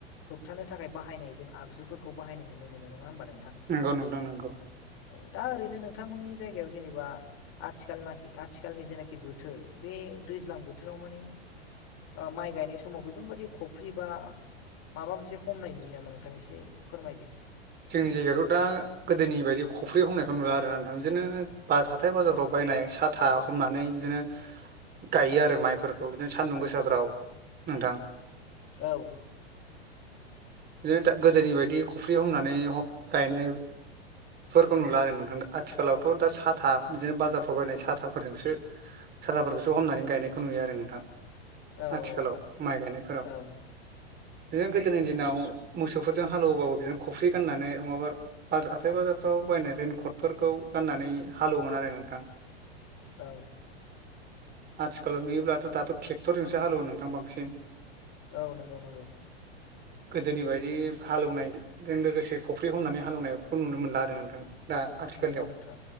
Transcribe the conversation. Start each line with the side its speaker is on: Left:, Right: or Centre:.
Left: होबथानो थाखाय बाहायनाय जों आगजुफोरखौ बाहायनाय नुनो मोनो नङा होमबा नोंथां?
Right: नंगौ नोंथां नंगौ।
Left: ओ दा ओरैनो नोंथां मोननि जायगायाव जेनेबा आथिखालनाखि आथिखालनि जेनाखि बोथोर बे दैज्लां बोथोराव माने ओ माइ समाव बेफोर बायदि खफ्रि बा। माबा मोनसे हमनाय नुयो नामा नोंथां एसे फोरमायदो।
Right: जोंनि जायगायावाथ' दा गोदोनि बायदि खफ्रि हमनायखौ नुला आरो नोंथां बिदिनो बा हाथाय बाजारफ्राव बायनाय सा था हमनानै बिदिनो गायो आरो माइफोरखौ बिदिनो सान्दुं गोसाफ्राव नोंथां।
Left: औ।
Right: <inaudible> बिदिनो गोदोनि बायदि खफ्रि हमनानै गायनाय फोरखौ नुला आरो नोंथां आथिखालावथ' दा साथा बिदिनो बाजारफ्राव बायनाय साथाफोरजोंसो साथाफोरखौसो हमनानै गायनायखौ नुयो आरो नोंथां।
Left: औ
Right: आथिखालाव माइ गायनायफोराव।
Left: औ
Right: बिदिनो गोदोनि दिनाव मोसौफोरजों हालेवबाबो बिदिनो खफ्रि गाननानै नङाबा आरो हाथाय बाजारफ्राव बायनाय रेइनकटफोरखौ गाननानै हालेवोमोन आरो नोंथां।
Left: औ।
Right: आथिखालाव नुयोब्लाथ' दाथ' ट्रेक्टरजोंसो हालेवो नोंथां बांसिन।
Left: औ नोंगौ नोंगौ।
Right: गोदोनि बायदि हालौवनाय जों लोगोसे खफ्रि हमनानै हालेवनायखौ नुनो मोनला आरो नोंथां। दा आथिखालाव
Left: नोंगौ नोंथां